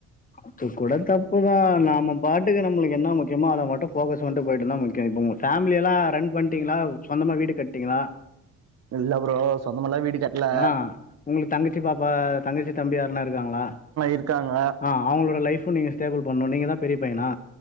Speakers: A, on the left (about 25°); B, on the right (about 55°).
A: த்து கூட தப்புதா நாம பாட்டுக்க நம்மளுக்கு என்னா முக்கியமோ அத மட்டு போக்கஸ் வந்துட்டு போயிட்டுந்தா முக்கியோ இப்ப உங்க ஃபேமிலில்லா ரன் பண்ணிட்டீங்களா சொந்தமா வீடு கட்டீங்களா
B: இல்ல ப்ரோ சொந்தமெல்லா வீடு கட்டல
A: ஆ உங்களுக் தங்கச்சி பாப்பா தங்கச்சி தம்பி யார்னா இருக்காங்களா
B: இருக்காங்க
A: ஆ அவுங்களோட லைஃப்பு நீங்க ஸ்டேபிள் பெண்ணும் நீங்கதா பெரிய பையனா